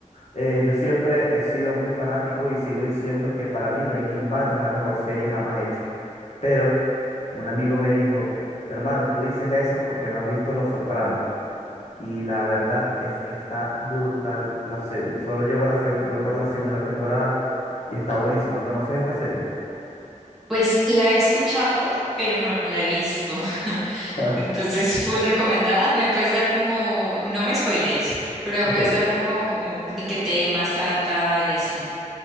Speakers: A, on the left; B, in the centre.
A: Eh, yo siempre he sido muy fanático y sigo diciendo que para mí Breaking Bad es la mejor serie jamás hecha. Pero un amigo me dijo, hermano, tú dices eso porque no has visto Los Sopranos. Y la verdad es que está brutal la serie. Solo llego a la seg- voy por la segunda temporada y está buenísima. ¿Conoces esta serie?
B: Pues la he escuchado, pero no la he visto. <laughs>
A: <laughs>
B: Entonces, full recomendada. Me puedes dar como, no me spoilees, pero me
A: Ok,
B: puedes dar como, como de qué temas trata y así.